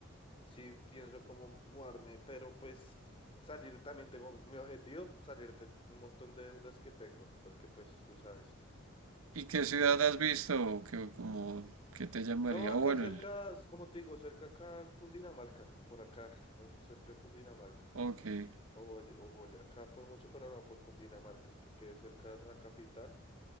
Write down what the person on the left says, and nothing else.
Sí pienso como mudarme, pero pues salir también tengo mi objetivo, salir de un montón de deudas que tengo, porque pues tú sabes.
Ya.
No, acá
cerca,
como te digo, cerca acá en Cundinamarca, por acá, eh, cerca de Cundinamarca.
Oye, oye, acá por mucho, pero no por Cundinamarca, que quede cerca de la capital